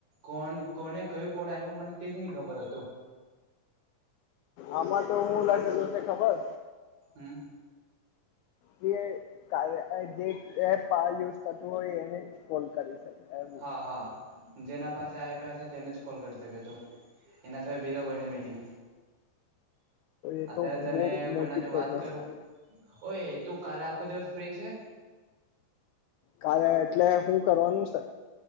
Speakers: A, on the right; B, on the left.
A: કોણ, કોને કહ્યું કોડ આયપો, મને તેબી ની ખબર હતું.
B: આમાં તોહું <unintelligible> દે ખબર
A: હમ
B: કે, <inaudible> કાયૉ, જે એપ યુઝ કરતું હોય, એને જ કોલ કરી શકે એવું.
A: હા હા જેના પાસે આપ્યા હશે તેને જ કોલ કરી શકે તુ. એના સિવાય, બીજા કોઈને ભી નહીં.
B: એ
A: અત્યારે
B: તો
A: તેને
B: બહુ
A: કોઈનાથી
B: મોટી
A: વાત
B: પ્રોબ્લેમ
A: કરું?
B: છે
A: ઓએતું, કાલે આખો દિવસ ફ્રી છે?
B: કાલે, એટલે હુ કરવાનું છે?